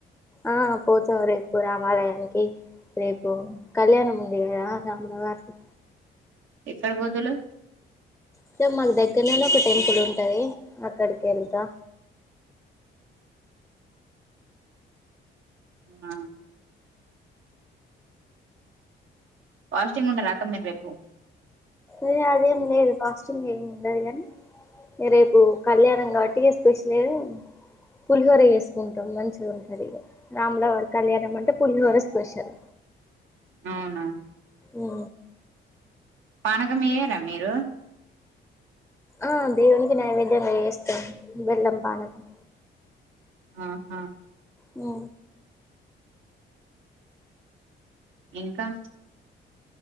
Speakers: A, in the centre; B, on the right.
A: ఆ పోతాం రేపు రామాలయానికి రేపు కళ్యాణం ఉంది కదా రామల వారిది
B: ఎక్కడ పోతుళ్లు
A: ఇక్కడ మాకు దగ్గర లోనే ఒక టెంపుల్ ఉంటది అక్కడికి వెళ్తా
B: ఆ ఫాస్టింగ్ ఉంటారా అక్క మీరు రేపు
A: ఏ అదేం లేదు ఫాస్టింగ్ ఏం ఉండను కానీ రేపు కళ్యాణం కాబట్టి స్పెషల్ లేదు పులిహోర చేసుకుంటాం మంచిగా ఉంటది రాముల వారి కళ్యాణం అంటే పులిహోర స్పెషల్
B: అవునా
A: ఉ ఊ
B: పానకం వేయరా మీరు
A: ఆ దేవుని కి నైవేద్యం గా చేస్తాం బెల్లం పానకం
B: ఆహా
A: ఉ
B: ఇంకా